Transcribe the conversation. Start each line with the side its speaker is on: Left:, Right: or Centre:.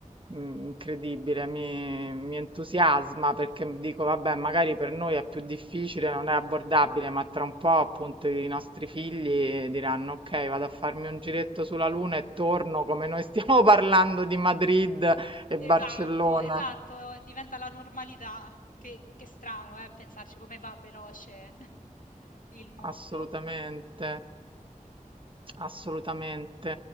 Right: mm, incredibile, mi,
Left: Sì.
Right: mi entusiasma perché dico, vabbè, magari per noi è più difficile, non è abbordabile, ma tra un po' appunto i nostri figli diranno, ok, vado a farmi un giretto sulla Luna e torno come noi stiamo <laughs> parlando di Madrid e
Left: Esatto,
Right: Barcellona.
Left: esatto, diventa la normalità. Che, che strano, eh, pensarci come va veloce <laughs> il mondo.
Right: Assolutamente, assolutamente.